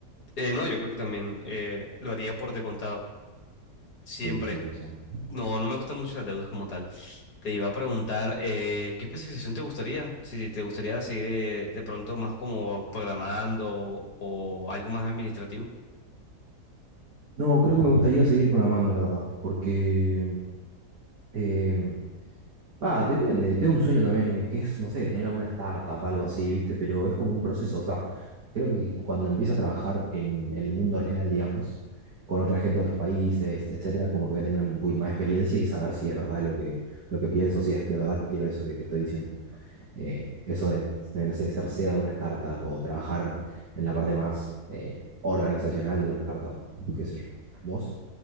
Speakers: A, on the left (about 75°); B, on the right (about 65°).
A: eh, no, yo creo que también eh, lo haría por descontado. Siempre.
B: Sí, 100%.
A: No, no me gustan mucho las deudas como tal. Te iba a preguntar, eh, ¿qué especialización te gustaría? Si te gustaría seguir de, de pronto más como programando o algo más administrativo.
B: No, creo que me gustaría seguir programando, la verdad. Porque. eh, Va, depende. Tengo un sueño también, eh, que es, no sé, tener alguna startup, algo así, ¿viste? Pero es como un proceso. O sea, creo que cuando empieza a trabajar en, en el mundo real, digamos, con otra gente de otros países, etcétera, como que voy a tener un poquito más de experiencia y saber si es verdad lo que, lo que pienso, si es de verdad que quiero eso que te estoy diciendo. Eh, eso de, de, no sé, ser CEO de una startup o trabajar en la parte más eh, organizacional de una startup, qué sé yo. ¿Vos?